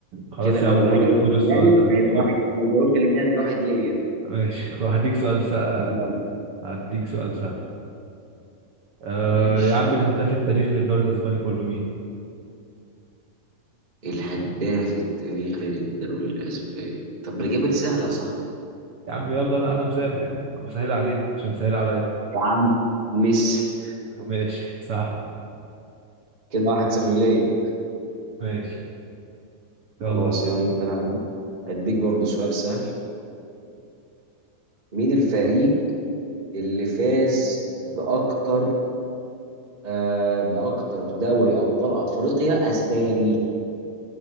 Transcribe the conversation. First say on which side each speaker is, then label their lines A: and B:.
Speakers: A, on the right; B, on the right.
A: خلاص
B: كده لو
A: يا عم
B: انا
A: خد
B: جاوبت
A: خد
B: اللي
A: السؤال
B: جاي
A: ده
B: هيبقى
A: خد
B: واحد لو جاوبت اللي جاي هيبقى واحد ليا
A: ماشي خد- هديك سؤال سهل
B: يلا
A: هديك سؤال سهل آه
B: ماشي
A: يا عم الهداف التاريخي للدوري الاسباني كله مين
B: الهداف التاريخي للدوري الأسباني طب ما الإجابة دي سهلة يا صاحبي
A: يا عم يلا انا انا مسامح انا بسهل عليك عشان سهل عليا
B: يا عم ميسي
A: ماشي <laughs> صح
B: كده واحد صفر ليا
A: ماشي يلا
B: خلاص
A: سهل.
B: يا عم انت انا هديك برضو سؤال سهل مين الفريق اللي فاز بأكتر آه بأكتر دوري أبطال أفريقيا أسباني